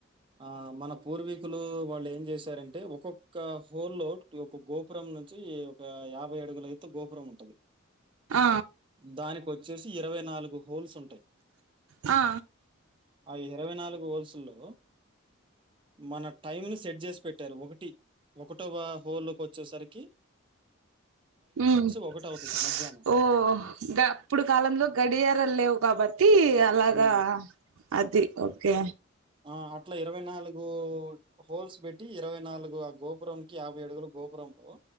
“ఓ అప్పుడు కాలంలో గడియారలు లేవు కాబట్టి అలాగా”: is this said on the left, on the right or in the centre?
Right